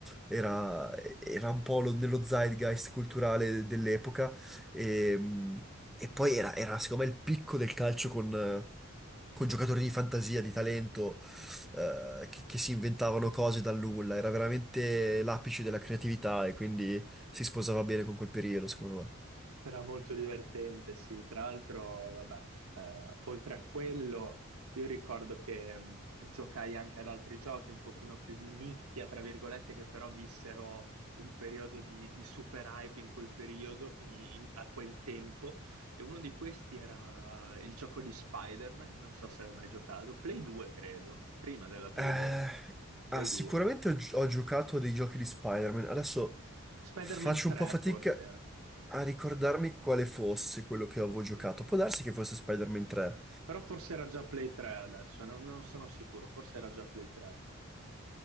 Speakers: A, in the centre; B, on the right (about 90°).
A: era, era un po' lo- nello zeitgeist culturale dell'epoca e, e poi era, era secondo me il picco del calcio con, con giocatori di fantasia, di talento eh, che, che si inventavano cose dal nulla, era veramente l'apice della creatività e quindi si sposava bene con quel periodo, secondo me.
B: Era molto divertente, sì. Tra l'altro, vabbè, eh, oltre a quello, io ricordo che mh, giocai anche ad altri giochi un pochino più di nicchia, tra virgolette, che però vissero un periodo di, di super hype in quel periodo, in- in- a quel tempo. E uno di questi era il gioco di Spider-Man, non so se l'hai mai giocato, Play 2, credo, prima della Play,
A: Eh,
B: de- Play
A: ah, sicuramente
B: 2.
A: ho, gi- ho giocato a dei giochi di Spider-Man. Adesso
B: Spider-Man
A: faccio
B: 3,
A: un po' fatica
B: forse era.
A: a ricordarmi quale fosse quello che avevo giocato. Può darsi che fosse Spider-Man 3.
B: Però forse era già Play 3 adesso, non, non sono sicuro, forse era già Play 3.